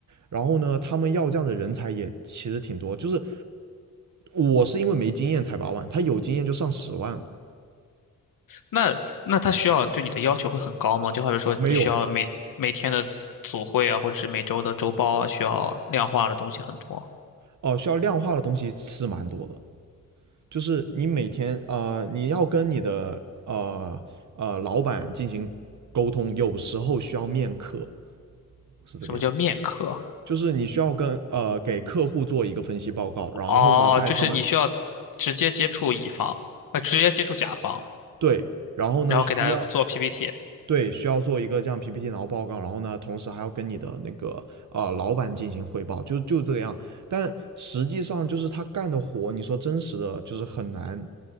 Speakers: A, on the right; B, on the left.
A: 然后呢，他们要这样的人才也其实挺多，就是我是因为没经验才八万，他有经验就上十万了
B: 那那他需要对你的要求会很高吗？就好比说你需要每每天的组会啊，
A: 没有
B: 或者是每周的周报啊，需要量化的东西很多。
A: 哦，需要量化的东西是蛮多的。就是你每天呃，你要跟你的呃呃老板进行沟通，有时候需要面客，是这个样。
B: 什么叫面科？
A: 就是你需要跟呃给客户做一个分析报告，然后呢，
B: 哦，
A: 在他们
B: 就是你需要直接接触乙方，呃，直接接触甲方，
A: 对，然后呢需要
B: 然后给他做 PPT。
A: 对需要做一个这样 PPT 然后报告，然后呢，同时还要跟你的那个呃老板进行汇报，就就这个样。但实际上就是他干的活，你说真实的就是很难，